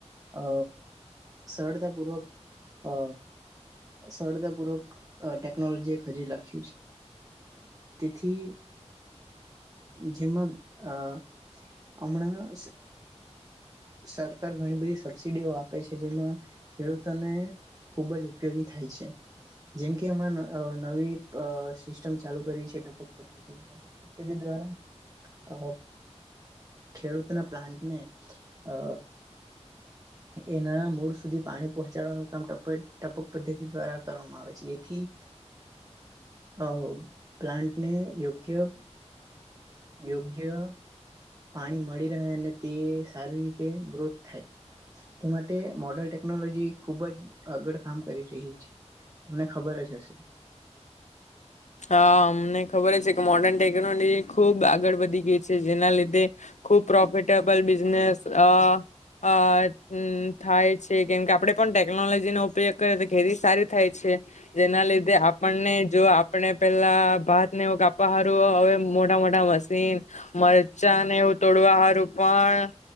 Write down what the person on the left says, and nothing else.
હા અમને ખબર છે કે મોર્ડર્ન ટેકનોલોજી ખુબ આગળ વધી ગઈ છે જેના લીધે ખુબ પ્રોફિટેબલ બિઝનેસ અ અ થાય છે, કેમ કે આપડે પણ ટેકનોલોજીનો ઉપયોગ કરીએ તો ખેતી સારી થાય છે જેના લી આપણને જો આપ પેલા ભાત ને એવું કાપવા હારું હવે મોટા મોટા મશીન મરચાં ને એવું તોડવા હારું પણ